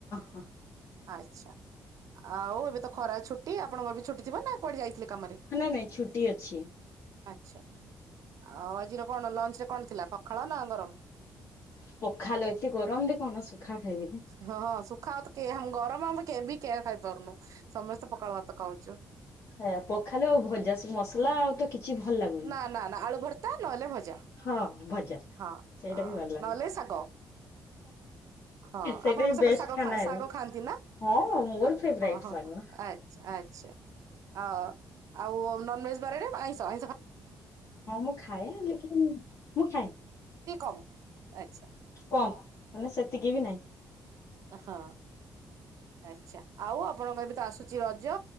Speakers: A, on the left; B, on the right.
A: ହଁ
B: ଆଚ୍ଛା, ଆଉ ଏବେ ତ ଖରା ଛୁଟି, ଆପଣଙ୍କର ବି ଛୁଟି ଥିବ ନା କୁଆଡ଼େ ଯାଇଥିଲେ କାମରେ?
A: ନାଇଁ ନାଇଁ, ଛୁଟି ଅଛି।
B: ଆଚ୍ଛା, ଆଉ ଆଜିର କଣ ଲଞ୍ଚରେ କଣ ଥିଲା ପଖାଳ ନା ଗରମ?
A: ପଖାଲ, ଏତେ ଗରମରେ କଣ ଶୁଖା ଖାଇବି। ଯେ।
B: ହଁ ହଁ ଶୁଖା ଭାତକେହି ଆମେ ଗରମ କିଏବି କେହିବି ଖାଇପାରୁନୁ ସମସ୍ତେ ପଖାଳ ଭାତ ଖାଉଚୁ।
A: ହ ପଖାଲ ଆଉ ଭଜା, ସେ ମସଲା ଆଉ ତ କିଛି ଭଲ ଲାଗୁନି।
B: ନା ନା ନା ଆଳୁ ଭର୍ତ୍ତା ନହେଲେ ଭଜା
A: ହଁ ଭଜା
B: ହଁ
A: ସେଇଟା
B: ହଁ
A: ବି ଭଲ ଲାଗୁଚିହଁ।
B: ନହେଲେ ଶାଗ। ହଁ
A: ସେଟା
B: ଆପଣଙ୍କ ସେପଟେ
A: ବେଷ୍ଟ
B: ଶାଗ
A: ଖାନାଉ
B: ଶାଗ ଖାଆନ୍ତି ନା
A: ହଁ ମୋର ଫେବରାଇଟି
B: ହଁ ହଁ
A: ସାଙ୍ଗ।
B: ଆଚ୍ଛା ଆଚ୍ଛା ଆ ଆଉ ନନଭେଜ ବାରରେ ଆଇଁଷ ଆଇଁଷ ଖା
A: ହଁ ମୁଁ ଖାଏ ଦେଖିକିନି ମୁଁ ଖାଏ।
B: ଟିକେ କମ୍? ଆଚ୍ଛା
A: କମ୍ ମାନେ ସେତିକି ବି ନାହିଁ।
B: ହଁ ଆଛା ଆଉ ଆପଣଙ୍କରବି ତ ଆସୁଛି ରଜ।